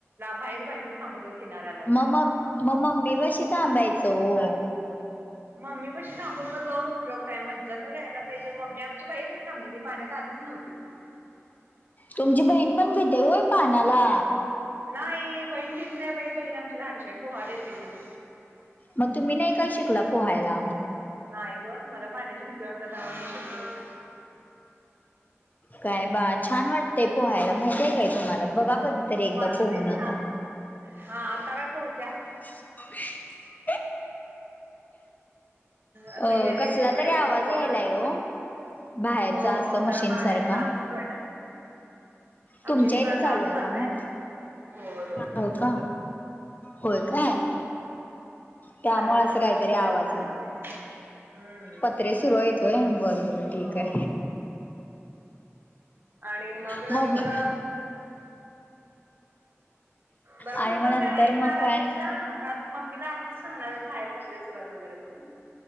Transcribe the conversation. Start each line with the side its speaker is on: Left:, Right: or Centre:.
Right: बाहेर बाहेरच थांबत हो किनाऱ्यालाच
Left: आम मग... मम्मी पशी थांबायचं ओ
Right: मम्मीपशी थांबून मग जाऊन उपयोग काय? मज्जा तर घ्यायला पाहिजे, मम्मी आमची बहिण थांबली होती. ती पाण्यात आलीच नव्हती
Left: तुमची बहीण पण, भीते होय पाण्याला?
Right: नाई... बहीण भीेत नाई, बाई... बहीण आमची धाडशी है. पोहायला येतंय तिला
Left: मग तुम्ही नाई काय शिकला पोहायला?
Right: नाही गं... मला पाण्याची भिती वाटते, त्यामुळे मी शिकलोच नाय
Left: काय बा... छान वाटतंय पोहायला माहितीय काय तुम्हाला... बघा,
Right: वाटतय
Left: कधीतरी एकदा पोहून
Right: छान
Left: आता
Right: हा... आत्ता काय पोहत्या?
Left: <inaudible>
Right: आता
Left: अ...
Right: गेलं
Left: कसला
Right: की पाहिजे
Left: तरी आवाज
Right: पोवायच
Left: यायलाय
Right: दिवस
Left: हो बाहेरचा,
Right: हो
Left: असं
Right: हो जरा
Left: मशीन
Right: बाहेर
Left: सारखा
Right: काम सुरू आहे ना
Left: तुमच्या
Right: आमच्या इथे जरा
Left: इथं चालू
Right: काम
Left: ए का मग?
Right: आहे होय होय
Left: हो का? होय काय? त्यामुळे
Right: दारात जरा
Left: असं काहीतरी
Right: पत्रे सुरू आहेत
Left: आवाज
Right: ना
Left: ए
Right: घालायची हम्म
Left: पत्रे सुरूयेत होय, बरं बरं ठीकए.
Right: हो आणि मग
Left: म...
Right: नंतर
Left: भ
Right: बरं...
Left: आणि
Right: पुढचा
Left: मग नंतर
Right: प्लॅन ऐकणार
Left: मग काय
Right: आहेस का? का... त... मम्मीला असंच सांणार ए... बाहेर पत्रे सुरू हेत वगैरे म्हणून